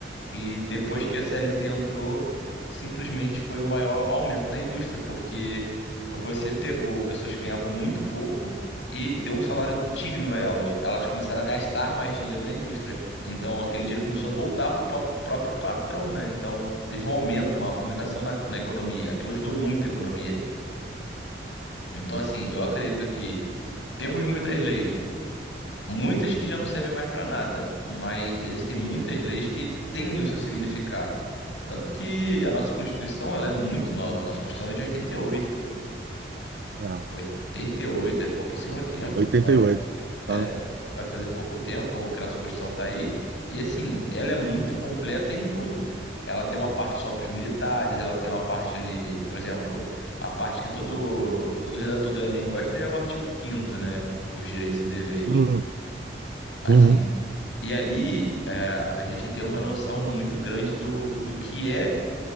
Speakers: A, on the left (about 85°); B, on the right (about 60°).
A: E depois que a CLT entrou, simplesmente foi o maior aumento da indústria, porque você pegou pessoas que ganhavam muito pouco e deu um salário digno a elas. Elas começaram a gastar mais dinheiro na indústria. Então aquele dinheiro começou a voltar para o próprio patrão, né? Então teve um aumento, uma fomentação na, na economia. Aquilo ajudou muito a economia. Então, assim, eu acredito que temos muitas leis, muitas que já não servem mais para nada, mas existem muitas leis que têm o seu significado. Tanto que a nossa Constituição, ela é muito nova. A nossa Constituição é de 88.
B: é.
A: 88 é pouquíssimo tempo.
B: 88,
A: Vai é,
B: tá?
A: vai, fa- vai fazer pouco tempo que a nossa Constituição tá aí. E assim, ela é muito completa em tudo. Ela tem uma parte só para os militares, ela tem uma parte ali, por exemplo, a parte que todo, todo redator do Enem gosta é o artigo quinto, né? Os direitos e deveres.
B: Uhum,
A: Assim,
B: uhum,
A: e ali é, a gente tem uma noção muito grande do, do que é